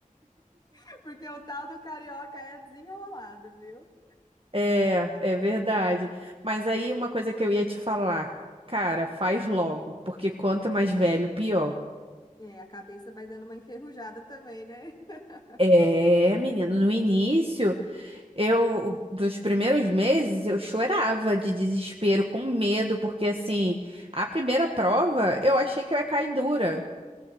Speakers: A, on the left; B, on the right.
A: <laughs> porque o tal do carioca é desenrolado, viu?
B: É, é verdade. Mas aí uma coisa que eu ia te falar, cara, faz logo, porque quanto mais velho, pior.
A: É, a cabeça vai dando uma enferrujada também, né? <laughs>
B: É, menina. no início, eu, dos primeiros meses, eu chorava de desespero, com medo, porque assim, a primeira prova eu achei que eu ia cair dura,